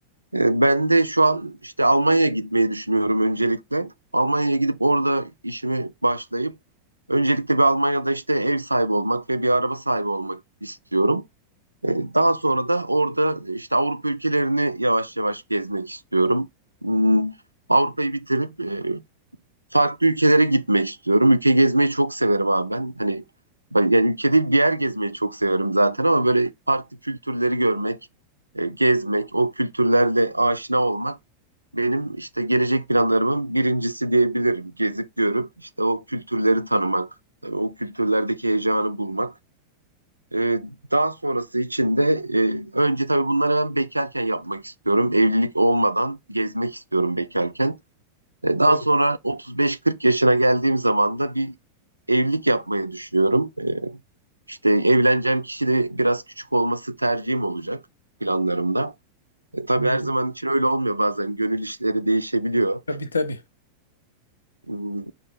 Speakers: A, on the right (about 80°); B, on the left (about 75°).
A: E, Ben de şu an işte Almanya'ya gitmeyi düşünüyorum öncelikle. Almanya'ya gidip orada işimi başlayıp öncelikle bir Almanya'da işte ev sahibi olmak ve bir araba sahibi olmak istiyorum. E, Daha sonra da orada işte Avrupa ülkelerini yavaş yavaş gezmek istiyorum. Hmm, Avrupa'yı bitirip e, farklı ülkelere gitmek istiyorum. Ülke gezmeyi çok severim abi ben. Hani ben- yani ülke değil bir yer gezmeyi çok severim zaten ama böyle farklı kültürleri görmek, e, gezmek, o kültürlerle aşina olmak benim işte gelecek planlarımın birincisi diyebilirim. Gezip görüp işte o kültürleri tanımak, e, o kültürlerdeki heyecanı bulmak. E, Daha sonrası için de e, önce tabii bunları ben bekarken yapmak istiyorum. Evlilik olmadan gezmek istiyorum bekarken. E, Daha
B: Evet,
A: sonra 35-40 yaşına geldiğim zaman da bir evlilik yapmayı düşünüyorum. E, İşte evleneceğim kişi de biraz küçük olması tercihim olacak planlarımda. E, tabii
B: anladım.
A: her zaman için öyle olmuyor. Bazen gönül işleri değişebiliyor.
B: Tabii tabii.
A: Hmm,